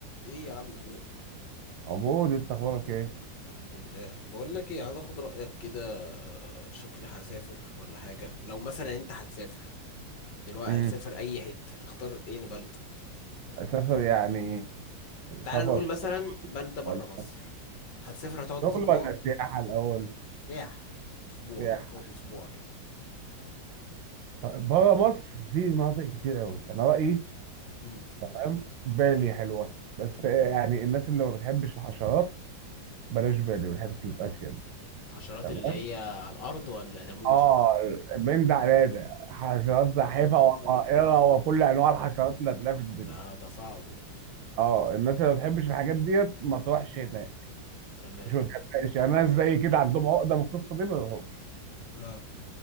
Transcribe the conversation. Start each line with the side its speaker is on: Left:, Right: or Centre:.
Left: ايه يا عم فين
Right: عبود انت اخبارك ايه؟
Left: الحمد لله بقول لك ايه عايز اخد رايك كده شكلي هسافر ولا حاجه لو مثلا انت هتسافر دلوقتي
Right: امم
Left: هتسافر اي حته تختار ايه بلده
Right: اسافر يعني
Left: تعال
Right: سفر
Left: نقول
Right: ش-
Left: مثلا بلده بره
Right: ولا
Left: مصر هتسافر هتقعد
Right: شغل
Left: اسبوع
Right: ولا سياحه الاول؟
Left: سياح اسبوع
Right: سياحه
Left: تقعد اسبوع كده
Right: طيب بره مصر في مناطق كتير قوي انا رايي
Left: أمم،
Right: فاهم بالي حلوه بس يعني الناس اللي ما بتحبش الحشرات بلاش بالي والحتت اللي في اسيا دي
Left: حشرات
Right: تمام؟
Left: اللي هي على الارض ولا ناموس
Right: اه من ده على ده حشرات زاحفه
Left: آه، ده
Right: وطائره
Left: كل
Right: وكل انواع الحشرات اللي هتلاقيها في الدنيا
Left: ده ده صعب ده
Right: اه الناس اللي ما بتحبش الحاجات ديت ما تروحش هناك
Left: تمام
Right: مش ما تحبهاش يعني ناس زي كده عندهم عقده من القصه دي ما يروحوش
Left: اه